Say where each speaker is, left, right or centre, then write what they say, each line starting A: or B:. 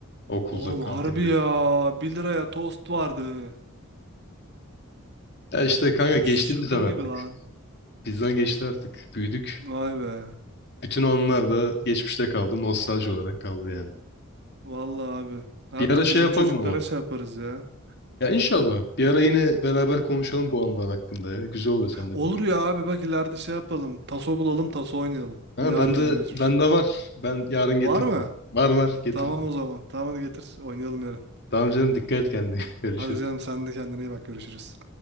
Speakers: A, on the left; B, on the right.
A: okulda
B: Oğlum
A: kantinde.
B: harbi ya. 1 liraya tost vardı.
A: Ya işte kanka
B: Oğlum
A: geçti
B: şaka
A: bizden
B: gibi
A: artık.
B: lan.
A: Bizden geçti artık. Büyüdük.
B: Vay be.
A: Bütün onlar da geçmişte kaldı. Nostalji olarak kaldı yani.
B: Vallahi abi. Artık
A: Bir ara şey
B: bizim
A: yapalım
B: çocuklara
A: ama.
B: şey yaparız ya.
A: Ya inşallah. Bir ara yine beraber konuşalım bu anılar hakkında ya. Güzel oluyor seninle
B: Olur
A: konuşmak.
B: ya abi bak ileride şey yapalım. Taso bulalım, taso oynayalım.
A: Ha,
B: Bir yad
A: ben
B: edelim
A: de,
B: geçmiş.
A: ben de var. Ben yarın getiririm.
B: Var mı?
A: Var var getiririm.
B: Tamam o zaman. Tamam hadi getir. Oynayalım yarın.
A: Tamam canım dikkat et kendine. <laughs> Görüşürüz.
B: Hadi canım sen de kendine iyi bak. Görüşürüz.